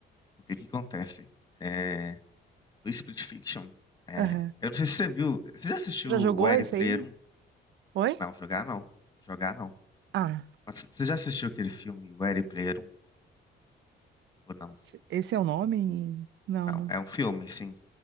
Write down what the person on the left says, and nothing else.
O que que acontece? É, no Split Fiction, é,
eu não sei se você viu. Você já assistiu
o
Ready
Player
um?
Não, jogar não. Jogar não.
Mas você já assistiu aquele filme Ready Player um Ou não?
Não,
é um filme, sim.